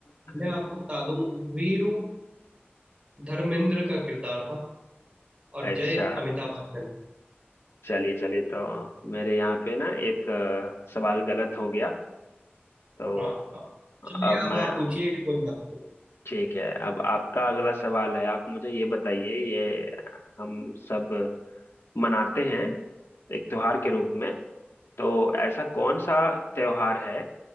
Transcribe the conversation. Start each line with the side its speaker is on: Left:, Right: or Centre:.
Left: <laughs>
Right: मैं आपको बता दूं वीरू धर्मेंद्र का किरदार था और
Left: अच्छा
Right: जय अमिताभ बच्चन
Left: चलिए चलिए तो मेरे यहाँ पे ना एक अ, सवाल गलत हो गया तो
Right: हाँ चलिए
Left: अब
Right: अब
Left: मैं
Right: आप पूछिए कोई बात
Left: ठीक है अब आपका अगला सवाल है आप मुझे ये बताइए ये हम सब मनाते हैं एक त्योहार के रूप में तो ऐसा कौन सा त्योहार है